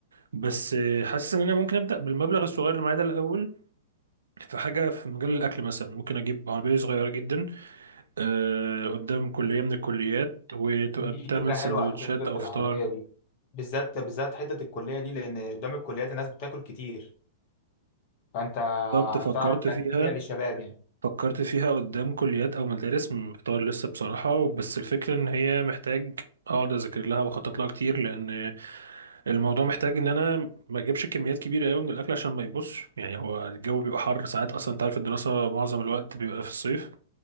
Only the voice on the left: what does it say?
دي
فكره حلوه
على فكره فكره
العربيه دي بالذات بالذات حته الكليه دي لان قدام الكليات الناس بتاكل كتير فانت
هتعرف
انك تبيع للشباب يعني